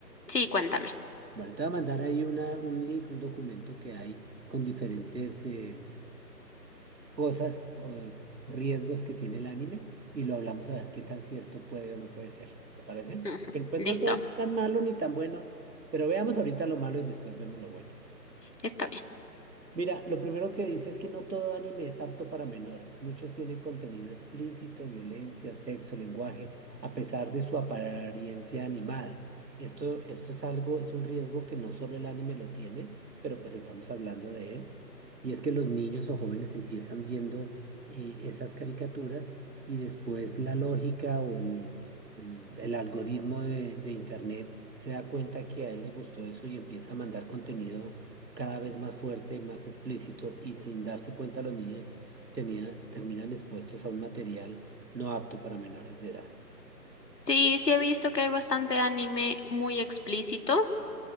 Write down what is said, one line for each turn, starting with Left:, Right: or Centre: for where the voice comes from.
Left: Sí, cuéntame.
Right: Bueno, te voy a mandar ahí una, un link, un documento que hay con diferentes eh, cosas o riesgos que tiene el anime y lo hablamos a ver qué tan cierto puede o no puede ser. ¿Te parece?
Left: Ujú.
Right: Porque pues
Left: Listo,
Right: no todo es tan malo ni tan bueno, pero veamos ahorita lo malo y después vemos lo bueno.
Left: está bien.
Right: Mira, lo primero que dice es que no todo anime es apto para menores. Muchos tienen contenido explícito, violencia, sexo, lenguaje, a pesar de su apariencia animada. Esto, esto es algo, es un riesgo que no solo el anime lo tiene, pero pues estamos hablando de él. Y es que los niños o jóvenes empiezan viendo eh, esas caricaturas y después la lógica o el, el- el algoritmo de, de Internet se da cuenta que a él le gustó eso y empieza a mandar contenido cada vez más fuerte y más explícito y sin darse cuenta los niños tenía- terminan expuestos a un material no apto para menores de edad.
Left: Sí, sí he visto que hay bastante anime muy explícito.